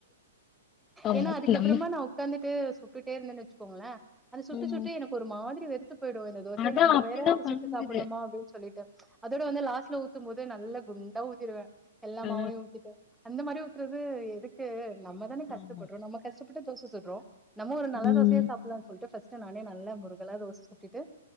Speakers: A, on the left (about 25°); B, in the centre.
A: ஆமா
B: ஏன்னா அதுக்கப்புறமா
A: நம்ம
B: நா உக்காந்துட்டு சுட்டுட்டே இருந்தன்னு வச்சுக்கோங்களே அது சுட்டு
A: ம்
B: சுட்டு எனக்கு ஒரு மாதிரி போயிடு இந்த தோசையை
A: அதா
B: நம்
A: அப்டிதா
B: வேற
A: பண்ணுது
B: சுட்டு சாப்பணுமா அப்பின்னு சொல்லிட்டு அதோட வந்து லாஸ்ட்ல ஊத்தும் போது நல்ல குண்டா ஊத்திருவே எல்லாமாவையு
A: ஆ
B: ஊத்திட்டு அந்த மாரி ஊத்துறது எதுக்கு நம்ம தானே கஷ்டப்பறோ
A: ஆமா
B: நம்ம கஷ்டப்பட்டு தோசை சுர்றோ நம்ம ஒரு நல்ல
A: ம்
B: தோசையா சாப்பிலானு சொல்லிட்டு நானே நல்ல முருகலா தோச சுட்டுட்டு